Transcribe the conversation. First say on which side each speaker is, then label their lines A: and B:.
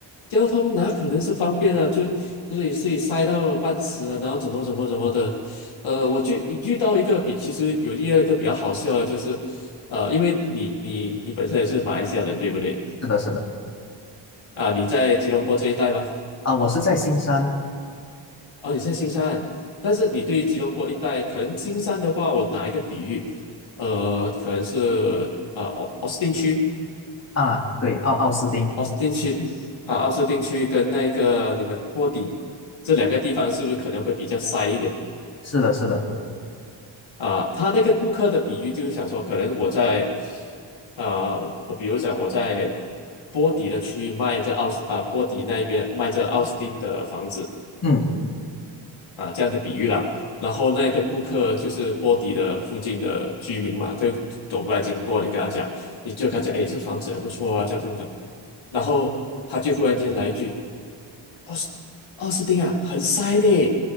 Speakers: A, on the left; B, on the left.
A: 交通哪可能是方便啊？就就是你自己塞到半死了，然后怎么怎么怎么的，呃，我就遇到一个比其实有第二个比较好笑的，就是，呃，因为你你你本身也是马来西亚人，对不对？
B: 是的，是的，
A: 啊，你在吉隆坡这一带吗？
B: 啊，我是在新山
A: 哦，你在新山，但是你对吉隆坡一带，可能新山的话，我拿一个比喻，呃，可能是呃奥奥斯汀区。
B: 啊，对，奥奥斯汀，
A: 奥斯汀区啊，奥斯汀区跟那个你们波底这两个地方是不是可能会比较塞一点
B: 是的，是的，
A: 啊？他那个顾客的比喻就是想说，可能我在啊，我我比如讲我在波底的区域卖这奥斯啊波底那边卖这奥斯汀的房子
B: 嗯，
A: 啊，这样的比喻啦。然后那个顾客就是波底的附近的居民嘛，就走过来经过，你跟他讲，你就跟他讲，哎，这房子还不错啊，交通等，然后他就忽然间来一句。奥斯奥斯汀啊，很塞呢。